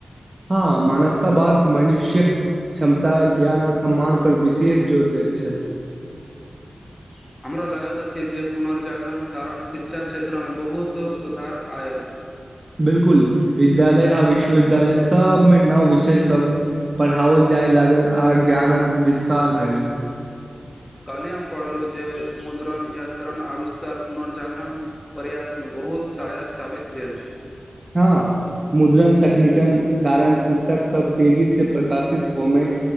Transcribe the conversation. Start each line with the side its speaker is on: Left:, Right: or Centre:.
Right: हँ मानवता बाद मनुष्यक क्षमता ज्ञान आ सम्मान पर विशेष जोर दैत छल
Left: <inaudible> हमरा लागैत अछि जे पुनर्जागरण कारण शिक्षा क्षेत्रमे बहुत सुधार आयल
Right: बिल्कुल विद्यालय आ विश्वविद्यालय सबमे नव विषय सब पढ़ाओल जा जाय लागल आ ज्ञानक विस्तार भेल
Left: काल्हि हम पढ़लहुँ जे मुद्रण यात्रण आविष्कार पुनर्जागरण प्रयासमे ब बहुत सहायक साबित भेल
Right: हँ मुद्रण तकनीकन कारण पुस्तक सब तेजी से प्रकाशित होमय